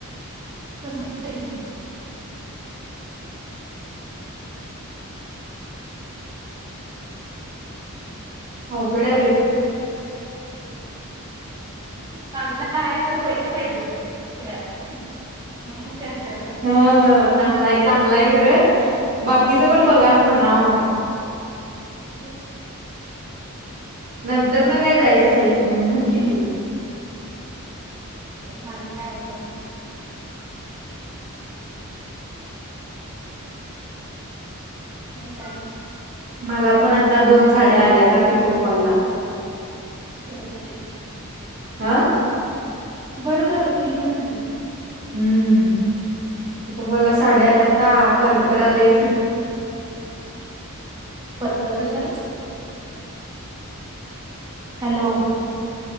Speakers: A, on the right (about 15°); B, on the right (about 40°).
A: तसाच ते.
B: अवघड आहे बाई.
A: चांगला आहे <inaudible> तर पैसे पाहिजेत फिरायला <inaudible>
B: ह चांगला आहे चांगला आहे खरं, बाकीचं पण बघा म्हणाव...
A: <inaudible>
B: नंतर ना काय जायचंच आहे की मग म्हण कि तू.
A: माझं काय ऐकत नाही. आणि काय?
B: मला पण आता दोन साड्या आल्यात, पिकोफॉल ला....
A: बरं झालं की...
B: हं.
A: बरलं की म्हणलं
B: हम्म <unintelligible> साड्या आला तर परकर आले फिट.
A: परकर कशाला? हॅलो!